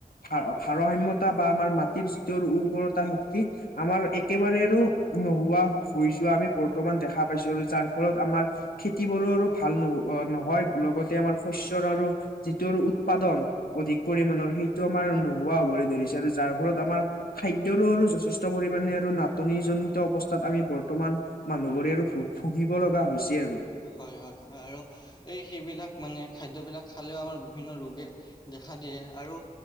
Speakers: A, on the left; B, on the left.
A: ভা, ভাৰসাম্যতা বা আমাৰ মাটিৰ যিটো উৰ্বৰতা শক্তি আমাৰ একেবাৰে আৰু নোহোৱা হৈ যোৱা আমি বৰ্তমান দেখা পাইছো আৰু যাৰ ফলত আমাৰ খেতি বোৰো আৰু ভাল নহ - নহয় লগতে আমাৰ শস্য়ৰ আৰু যিটো আৰু উৎপাদন অধিক পৰিমণৰ সেইটো আমাৰ নোহোৱা হ'বলৈ ধৰিছে আৰু যাৰ ফলত আমাৰ খাদ্যৰো আৰু যথেষ্ট পৰিমণে আৰু নাটনি জনিত অৱস্থাত আমি বৰ্তমান মানুহবোৰে আৰু ভু ভুগিব লগা হৈছে আৰু।
B: হয়- হয়- হয়, আৰু এই সেইবিলাক মানে খাদ্যবিলাক খালেও আমাৰ বিভিন্ন ৰোগে দেখা দিয়ে আৰু